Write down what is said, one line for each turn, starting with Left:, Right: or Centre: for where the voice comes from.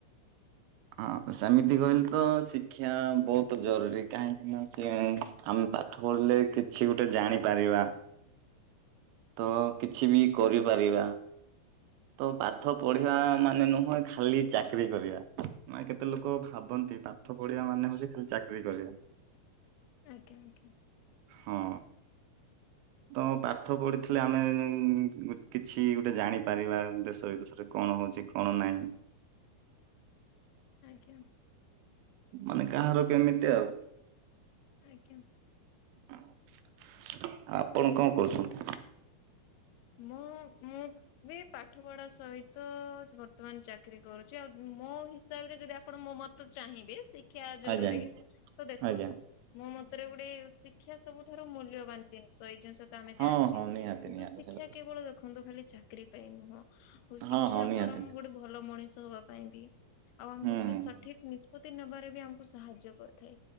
Right: ଅଁ ସେମିତି କହିଲେ ତ ଶିକ୍ଷା ବହୁତ ଜରୁରୀ। କାହିଁକିନା ସେ ଆମେ ପାଠ ପଢିଲେ କିଛି ଗୋଟେ ଜାଣିପାରିବା। ତ କିଛି ବି କରିପାରିବା। ତ ପାଠ ପଢିବା ମାନେ ନୁହେଁ ଖାଲି ଚାକିରୀ କରିବା। ମାନେ କେତେ ଲୋକ ଭାବନ୍ତି ପାଠ ପଢିବା ମାନେ ହଉଛି ଖାଲି ଚାକିରି କରିବା।
Left: ଆଜ୍ଞା ଆଜ୍ଞା
Right: ହଁ ତ ପାଠ ପଢିଥିଲେ ଆମେ ଉ କିଛି ଗୋଟେ ଜାଣିପାରିବା। ଦେଶ ବିଦେଶରେ କଣ ହଉଛି କଣ ନାହିଁ।
Left: ଆଜ୍ଞା
Right: ମାନେ କାହାର କେମିତି ଆଉ
Left: ଆଜ୍ଞା
Right: ଆଁ ଆପଣ କଣ କରୁଛନ୍ତି?
Left: ମୁଁ ମୁଁ ବି ପାଠ ପଢା ସହିତ ବର୍ତ୍ତମାନ ଚାକିରୀ କରୁଛି। ଆଉ ମୋ ହିସାବରେ ଯଦି ଆପଣ ମୋ ମତ ତ ଚାହିଁବେ ଶିକ୍ଷା ଜରୁରୀ।
Right: ଆଜ୍ଞା ଆଜ୍ଞା।
Left: ତ ଦେଖନ୍ତୁ
Right: ଆଜ୍ଞା।
Left: ମୋ ମତରେ ଗୋଟେ ଶିକ୍ଷା ସବୁ ଠାରୁ ମୂଲ୍ୟବାନ ଜିନିଷ। ଏଇ ଜିନିଷ ତ ଆମେ
Right: ହଁ
Left: ଜାଣିଛେ
Right: ହଁ ନିହାତି
Left: କିନ୍ତୁ
Right: ନିହାତି
Left: ଶିକ୍ଷ
Right: ସେଇଟା
Left: କେବଳ ଦେଖନ୍ତୁ ଖାଲି ଚାକିରି ପାଇଁ ନୁହଁ ଆଉ
Right: ତ
Left: ଶିକ୍ଷା
Right: ହଁ ହଁ ନିହାତି
Left: ବରଂ
Right: ନିହାତି
Left: ଗୋଟେ ଭଲ ମଣିଷ ହବା ପାଇଁ ବି ଆଉ ଆମକୁ
Right: ହୁଁ
Left: ଗୋଟେ
Right: ହୁଁ
Left: ସଠ ଠିକ୍ ନିଷ୍ପତି ନେବାରେ ବି ଆମକୁ ସାହାଯ୍ୟ କରିଥାଏ।